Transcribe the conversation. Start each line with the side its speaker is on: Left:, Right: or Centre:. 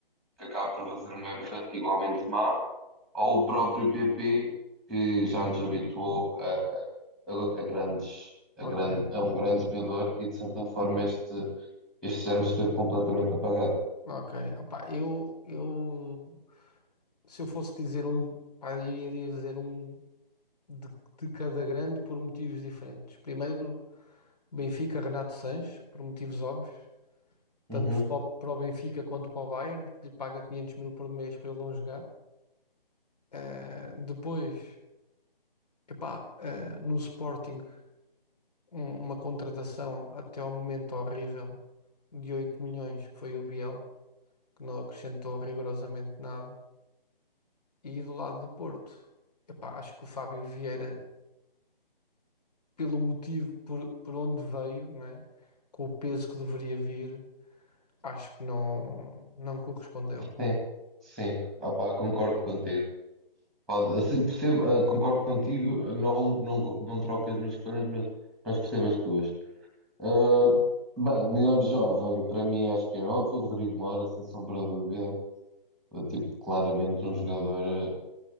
Centre: que acaba por fazer uma época igualmente má, ou o próprio PP, que já nos habituou a, a- a grandes, a,
Left: ok,
Centre: grande, a um grande jogador e, de certa forma, este, estes anos esteve completamente apagado.
Left: ok. Opá, eu, eu se eu fosse dizer um, pá, eu iria dizer um de, de cada grande por motivos diferentes. Primeiro, Benfica, Renato Sanches, por motivos óbvios.
Centre: Uhum.
Left: tanto para o para o Benfica quanto para o Bayern, que lhe paga 500 mil por mês para ele não jogar. Eh, depois, epá, eh, no Sporting, um- uma contratação até ao momento horrível de 8 milhões, que foi o Biel, que não acrescentou rigorosamente nada. E do lado do Porto, epá, acho que o Fábio Vieira, pelo motivo por, por onde veio, não é? Com o peso que deveria vir, acho que não, não correspondeu.
Centre: Sim, sim, opá, concordo contigo. Pode, assim, percebo, ah, concordo contigo, ah, não, não, co- não troco as minhas escolhas, mas, mas percebo as tuas. Ah, bem, melhor jovem, para mim acho que é óbvio, Rodrigo Mora, sem sombra de dúvida, Ah, tipo, claramente um jogador.